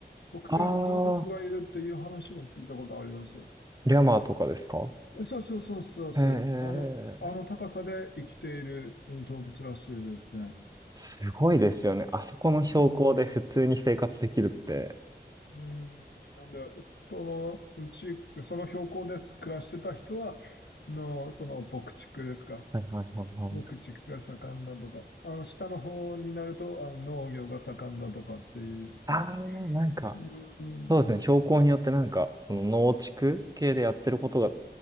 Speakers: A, on the left; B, on the right.
A: 特定の動物がいるっていう話を聞いたことあります。
B: ああ、リャマーとかですか
A: えそうそうそうそうそう。
B: へえ、
A: あの、あの高さで生きているうん動物らしいですね。
B: すごいですよね。あそこの標高で普通に生活できるって。
A: うんうん、なんで、そのうち、その標高で暮らしてた人は、の、その牧畜ですか。
B: はいはいはいはい。
A: 牧畜が盛んだとか、あの、下の方になると、あの、農業が盛んだとかって言って。
B: ああ、なんか、
A: うん。
B: そうですね。標高によってなんか、その農地区系でやってることが